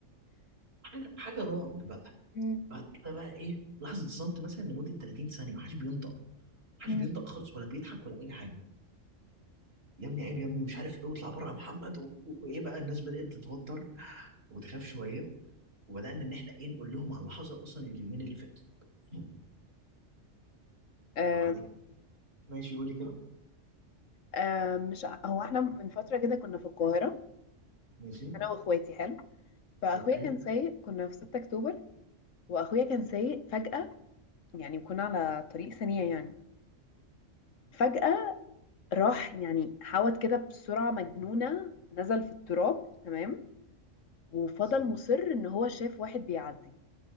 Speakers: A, on the right; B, on the left.
A: حاجة حاجة رعب بقى
B: مم.
A: بعد كده بقى ايه لحظة صمت مثلا لمدة 30 ثانية محدش بينطق محدش
B: مم.
A: بينطق خالص ولا بيضحك ولا اي حاجه يا ابني عيب يا ابني ومش عارف ايه واطلع بره يا محمد و- و- وايه بقى الناس بدات تتوتر وتخاف شويه وبدانا ان احنا ايه نقول لهم على اللي حصل اصلا اليومين اللي فاتوا <clears throat>
B: آم،
A: فبعد كده ماشي قولي كده
B: آم، مش ع- هو احنا من فترة كده كنا في القاهرة
A: ماشي
B: انا واخواتي حلو فاخويا
A: اوكي
B: كان سايق كنا في 6 اكتوبر واخويا كان سايق فجأة يعني وكنا على طريق سريع يعني فجأة راح يعني حاوت كده بسرعة مجنونة نزل في التراب تمام وفضل
A: ساتر
B: مصر ان هو شاف واحد بيعدي